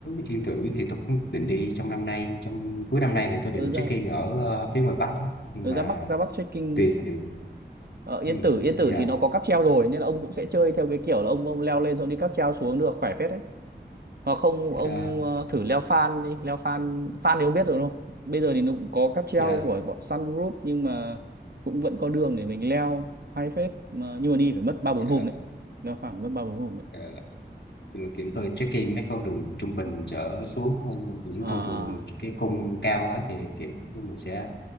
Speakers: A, on the left; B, on the right.
A: Yên Tử thì tôi cũng định đi trong năm nay trong cuối năm nay thì tôi định
B: Ừ, ra
A: check in ở ờ, phía ngoài Bắc nhưng
B: Rồi
A: mà
B: ra Bắc ra Bắc trekking
A: tùy vào điều
B: ở Yên
A: Ừm,
B: Tử Yên Tử
A: dạ
B: thì nó có cáp treo rồi nên là ông cũng sẽ chơi theo cái kiểu là ông ông leo lên xong đi cáp treo xuống được khỏe phết đấy hoặc không
A: dạ
B: ông ờ, thử leo Phan đi leo Phan Phan thì ông biết rồi đúng không bây giờ thì nó cũng có cáp treo
A: dạ
B: của bọn Sun Group nhưng mà cũng vẫn có đường để mình leo hay phết mà nhưng mà đi phải mất ba
A: dạ,
B: bốn hôm đấy leo Phan mất ba bốn hôm đấy
A: dạ. Rồi kiểu tôi check in mấy con đường trung bình trở xuống hơn những
B: à
A: con đường cái cung cao quá thì kiểu mình sẽ